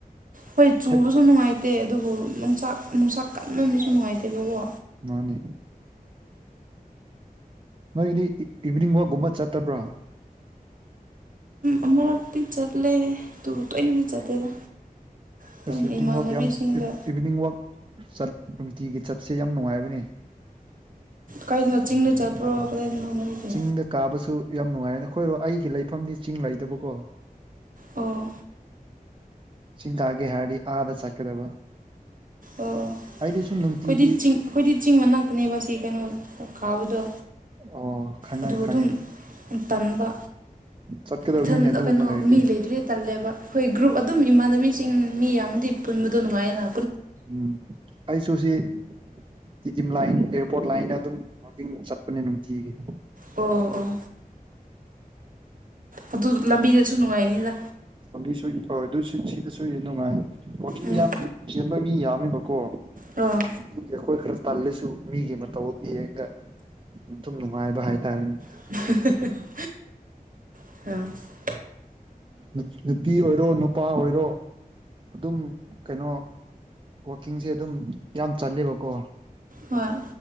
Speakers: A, on the right (about 65°); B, on the right (about 35°).
A: ꯍꯣꯏ ꯆꯨꯕꯁꯨ
B: ꯍꯦꯠ
A: ꯅꯨꯡꯉꯥꯏꯇꯦ ꯑꯗꯨꯕꯨ ꯅꯨꯡꯆꯥꯛ ꯅꯨꯡꯁꯥ ꯀꯟꯃꯟꯕꯁꯨ ꯅꯨꯡꯉꯥꯏꯇꯦꯕꯀꯣ
B: ꯃꯥꯅꯦ ꯅꯣꯏꯒꯤꯗꯤ ꯏꯚꯤꯅꯤꯡ ꯋꯥꯛꯀꯨꯝꯕ ꯆꯠꯇꯕ꯭ꯔꯥ
A: ꯑꯃꯔꯛꯇꯤ ꯆꯠꯂꯦ ꯑꯗꯨꯒ ꯇꯣꯏꯅꯗꯤ ꯆꯠꯇꯦꯗ ꯑꯗꯨꯝ
B: ꯑꯁ ꯏꯚꯤꯅꯤꯡ
A: ꯏꯃꯥꯟꯅꯕꯤꯁꯤꯡꯗ
B: ꯋꯥꯛ ꯌꯥꯝ ꯏꯚꯤꯅꯤꯡ ꯋꯥꯛ ꯆꯠ ꯅꯨꯡꯇꯤꯒꯤ ꯆꯠꯁꯦ ꯌꯥꯝ ꯅꯨꯡꯉꯥꯏꯕꯅꯦ
A: ꯀꯥꯏꯗꯅꯣ ꯆꯤꯡꯗ ꯆꯠꯄ꯭ꯔꯣ ꯀꯗꯥꯏꯗꯅꯣ ꯅꯣꯏꯒꯤ
B: ꯆꯤꯡꯗ ꯀꯥꯕꯁꯨ ꯌꯥꯝ ꯅꯨꯡꯉꯥꯏꯔꯦꯅ ꯑꯩꯈꯣꯏꯔꯣ ꯑꯩꯒꯤ ꯂꯩꯐꯝꯗꯤ ꯆꯤꯡ ꯂꯩꯗꯕꯀꯣ
A: ꯑꯣ
B: ꯆꯤꯡ ꯀꯥꯒꯦ ꯍꯥꯏꯔꯗꯤ ꯑꯥꯗ ꯆꯠꯀꯗꯕ
A: ꯑꯣ
B: ꯑꯩꯗꯤ ꯁꯨꯝ ꯅꯨꯡꯇꯤꯒꯤ
A: ꯑꯩꯈꯣꯏꯗꯤ ꯆꯤꯡ ꯑꯩꯈꯣꯏꯗꯤ ꯆꯤꯡ ꯃꯅꯥꯛꯇꯅꯦꯕ ꯁꯤ ꯀꯩꯅꯣ ꯀꯥꯕꯗꯣ
B: ꯑꯣ ꯈꯪꯉꯦ
A: ꯑꯗꯨꯒ
B: ꯈꯪꯉꯦ
A: ꯑꯗꯨꯝ ꯇꯟꯕ
B: ꯆꯠꯀꯗꯕꯅꯤꯅꯦ
A: ꯏꯊꯟ
B: ꯑꯗꯨꯒꯨꯝꯕ
A: ꯀꯩꯅꯣ
B: ꯂꯩꯔꯗꯤ
A: ꯃꯤ ꯂꯩꯇ꯭ꯔꯗꯤ ꯇꯜꯂꯦꯕ ꯈꯣꯏ ꯒ꯭ꯔꯨꯞ ꯑꯗꯨꯝ ꯏꯃꯥꯟꯅꯕꯤꯁꯤꯡ ꯃꯤ ꯌꯥꯝꯗꯤ ꯄꯨꯟꯕꯗꯣ ꯅꯨꯡꯉꯥꯏꯌꯦ ꯅ
B: ꯎꯝ ꯑꯩꯁꯨ ꯁꯤ ꯇꯤꯗꯤꯝ ꯂꯥꯏꯟ ꯑꯦꯔꯄꯣꯔꯠ ꯂꯥꯏꯟꯗ ꯑꯗꯨꯝ ꯋꯥꯛꯀꯤꯡ ꯆꯠꯄꯅꯦ ꯅꯨꯡꯇꯤꯒꯤ
A: ꯑꯣ ꯑꯣ ꯑꯗꯨ ꯂꯝꯕꯤꯗꯁꯨ ꯅꯨꯡꯉꯥꯏꯅꯤꯗ
B: ꯂꯝꯕꯤꯁꯨ ꯑꯗꯨ ꯁꯤꯗꯁꯨ ꯌꯥꯝ ꯅꯨꯡꯉꯥꯏ ꯋꯥꯛꯀꯤꯡ
A: ꯎꯝ
B: ꯌꯥꯝ ꯆꯦꯟꯕ ꯃꯤ ꯌꯥꯝꯃꯦꯕꯀꯣ
A: ꯑꯣ
B: ꯑꯗꯨꯒꯤ ꯑꯩꯈꯣꯏ ꯈꯔ ꯇꯜꯂꯁꯨ ꯃꯤꯒꯤ ꯃꯇꯧ ꯌꯦꯡꯉꯒ ꯃꯊꯨꯝ ꯅꯨꯡꯉꯥꯏꯕ ꯍꯥꯏꯇꯥꯔꯦꯅꯦ
A: <inaudible> ꯑꯥ
B: ꯅꯨ ꯅꯨꯄꯤ ꯑꯣꯏꯔꯣ ꯅꯨꯄꯥ ꯑꯣꯏꯔꯣ ꯑꯗꯨꯝ ꯀꯩꯅꯣ ꯋꯥꯛꯀꯤꯡꯁꯦ ꯑꯗꯨꯝ ꯌꯥꯝ ꯆꯜꯂꯦꯕꯀꯣ
A: ꯍꯣꯏ